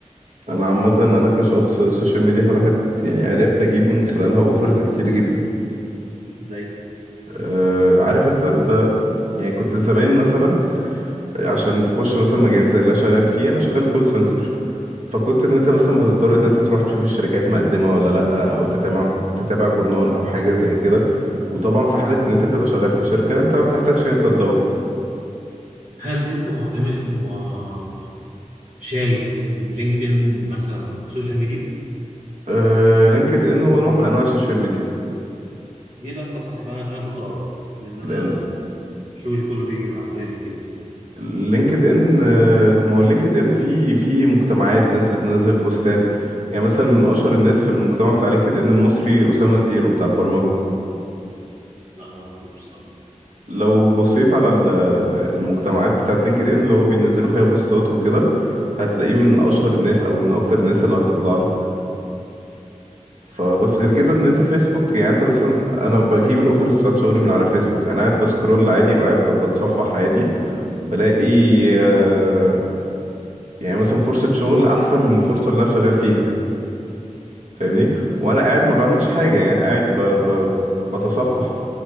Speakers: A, on the right (about 65°); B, on the right (about 85°).
A: انا عامة انا كشخص السوشيال ميديا فتحت يعني عرفت اجيب من خلالها اوفرز كتير جدا
B: زي
A: أه عارف انت انت يعني كنت زمان مثلا عشان تخش مثلا مجال زي اللي أنا شغال فيه انا شغال كول سنتر فكنت ان انت مثلا بتضطر ان انت تروح تشوف الشركات مقدمه ولا لا او تتابع تتابع جورنال او حاجه زي كده وطبعا في
B: مم.
A: حاله ان انت تبقى شغال في شركه انت ما بتحتاجش ان انت تدور
B: هل أنت معتمد م- شايف إن لينكدإن مثلا سوشيال ميديا؟
A: آه لينكد ان هو نوع من انواع السوشيال ميديا
B: يبقى أنت صح يبقى أنا أنا كنت غلط لأن أنا
A: لان
B: شغلي كله بيجي من عن طريق لينكدإن
A: لينكد ان آه، ما هو لينكد ان في في مجتمعات ناس بتنزل بوستات يعني مثلا من اشهر الناس في المجتمع بتاع لينكد ان المصري اسامه زيرو بتاع البرمجه
B: لا ما أعرفوش صراحة
A: لو بصيت على ال- المجتمعات بتاعت لينكد ان اللي هو بينزلوا فيها بوستات وكده هتلاقيه من اشهر الناس او من اكتر الناس اللي هتطلع لك فبس غير كده ان انت فيسبوك يعني انت مثلا انا بجيب الاوفرز بتاعت شغلي من على فيسبوك انا قاعد بسكرول عادي او قاعد ب- بتصفح عادي بلاقي آه، يعني مثلا فرصة شغل احسن من الفرصة اللي انا شغال فيها فاهمني وانا قاعد ما بعملش حاجة يعني قاعد ب... ب... بتصفح